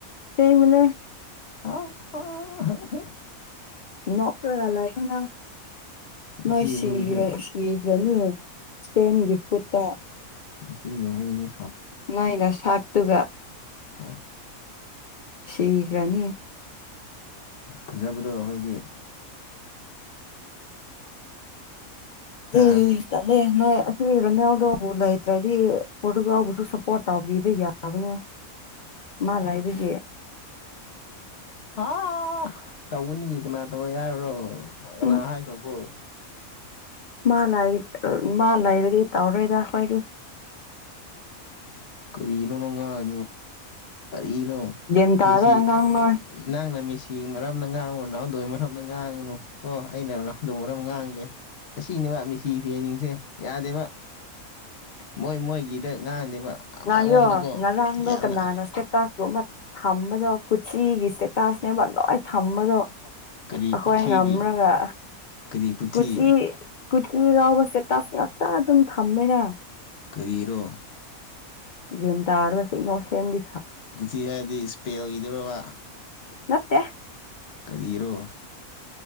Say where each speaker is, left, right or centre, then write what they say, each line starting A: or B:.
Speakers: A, on the left; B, on the left.
A: ꯀ ꯃꯅꯦ
B: ꯑ ꯑ
A: ꯅꯠꯇ꯭ꯔꯒ ꯂꯦꯅ
B: ꯃꯁꯤꯒꯤ
A: ꯅꯁꯤꯔꯁꯤ
B: ꯍꯨꯏꯁꯦ
A: ꯅꯤ ꯏꯁꯄꯦꯟꯒꯤ ꯍꯠꯇ
B: ꯃꯁ ꯑꯣꯅꯦ
A: ꯅꯣꯏꯅ ꯁꯥꯠꯇꯨꯒ
B: ꯑꯁ
A: ꯁꯤꯒ꯭ꯔꯥꯅꯤ
B: ꯐꯖꯕꯗꯣ ꯑꯩꯈꯣꯏꯗꯤ
A: ꯂꯩ
B: ꯍꯥ
A: ꯇꯂꯦ ꯅꯣꯏ ꯁꯤꯔꯅꯦꯎꯗꯕꯨ ꯂꯩꯇ꯭ꯔꯗꯤ ꯐꯣꯇꯣꯒꯕꯨꯁꯨ ꯁꯞꯄꯣꯔꯠ ꯇꯧꯕꯤꯕ ꯌꯥꯕꯅꯦ ꯃꯥ ꯂꯩꯕꯒꯤ
B: ꯑ ꯇꯧꯒꯅꯤ ꯀꯅꯥ ꯇꯧꯔ ꯌꯥꯨꯔꯣ ꯀꯅꯥ
A: ꯎꯝ
B: ꯍꯥꯏꯈ꯭ꯔꯕꯣ
A: ꯃꯥ ꯂꯥꯏꯔꯤꯛ ꯃꯥ ꯂꯩꯔꯗꯤ ꯇꯧꯔꯣꯏꯗ ꯑꯩꯈꯣꯏꯗꯤ
B: ꯀꯔꯤꯅꯅꯉ ꯏꯩꯅꯣ
A: ꯒ꯭ꯌꯥꯟ ꯇꯥꯔꯣꯏ
B: ꯃꯦꯁꯤ
A: ꯑꯉꯥꯡ ꯅꯣꯏ
B: ꯅꯪꯅ ꯃꯦꯁꯤ ꯀꯦꯡ ꯃꯔꯝꯅ ꯉꯥꯡꯉꯨ ꯅꯍꯎꯗꯏ ꯃꯔꯝꯗ ꯉꯥꯡꯉꯨꯅꯨ ꯀꯣ ꯑꯩꯅ ꯅꯎꯗꯣ ꯃꯔꯝ ꯉꯥꯡꯒꯦ ꯑꯁꯤꯅꯦꯕ ꯃꯤꯁꯤ ꯐꯤ ꯌꯦꯅꯤꯡꯁꯦ ꯌꯥꯗꯦꯕ ꯃꯣꯏ ꯃꯣꯏꯒꯤꯗ ꯉꯥꯡꯗꯦꯕ ꯑꯃꯔꯣꯝꯗꯀꯣ
A: ꯉ ꯑꯣ ꯉꯔꯥꯡꯗꯣ
B: ꯌꯥꯝꯅ
A: ꯀ ꯅꯥꯟꯁꯦ ꯀꯨꯝꯕ ꯊꯝꯃꯗꯣ ꯀꯁꯤꯒꯤ ꯏꯁꯇꯦꯇꯥꯁꯅꯦꯕ ꯂꯣꯏ ꯊꯝꯃꯗꯣ
B: ꯀꯔꯤ
A: ꯑꯩꯈꯣꯏ
B: ꯈꯨꯊꯤꯒꯤ
A: ꯉꯝꯂꯒ
B: ꯀꯔꯤ ꯈꯨꯊꯤ
A: ꯀꯨꯆꯤ ꯀꯒꯥꯎꯕꯁꯦ ꯇꯥꯁ ꯉꯥꯛꯇꯥ ꯑꯗꯨꯝ ꯊꯝꯃꯦꯅ
B: ꯀꯔꯤꯔꯣ
A: ꯌꯦꯟ ꯇꯥꯔꯔꯕ ꯁꯤ ꯏꯅꯣꯁꯗꯤ
B: ꯨꯊꯤ ꯍꯥꯏꯔꯗꯤ ꯏꯁꯄꯦꯜꯒꯤꯗꯧꯔꯕ
A: ꯃꯠꯇꯦ
B: ꯀꯔꯤ ꯏꯔꯣ